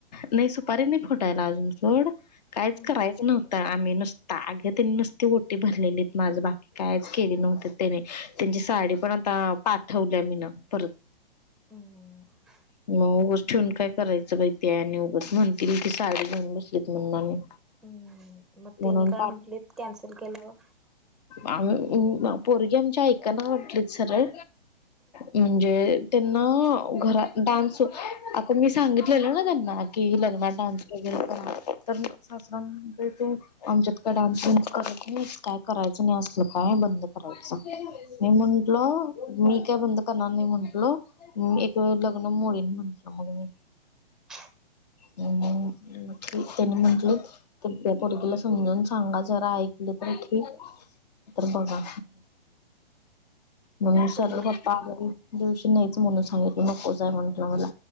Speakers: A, on the left (about 45°); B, in the centre.
A: नाही सुपारी नाही फुटायला अजून सोड कायच
B: हम्म
A: करायचं ना आम्ही नुसता अगं त्यांनी नुसती ओटी भरलेली माझ बाकी कायच केली नव्हतीत तेनी जी साडी पण आता पाठवली मी ना परत
B: हो
A: मग उगच ठेवून काय करायचं बई ते आणि उगच म्हणतील की साडी घेऊन बसलीत म्हणून आणि
B: हं मग
A: म्हणून
B: त्यांनी काय म्हंटलेत कॅन्सल केल्यावर
A: आ पोरगी आमच्या ऐकना म्हटलीत सरळ
B: हम्म
A: म्हणजे त्यांना घरा डान्स अगं मी सांगितलेलं ना त्यांना की लग्नात नाच वगैरे तर सास म्हणजे ते आमच्यात का डान्स न्स करत नाहीत का करायच नाही अस काय बंद करायच नही
B: हम्म
A: म्हंटलं मी काय बंद करणार नाही म्ह म्हटलं एक लग्न मोडीन म्हटलं मग मी
B: <inaudible>
A: अं त्यानी म्हंटलं तर त्या पोरगीला समजून सांगा जरा ऐकलं अंगठी तर बघा मग
B: असू
A: सरळ
B: दे
A: पप्पा
B: की
A: दिवशी नाहीच म्हणून सांगित नकोचय म्हटलं मला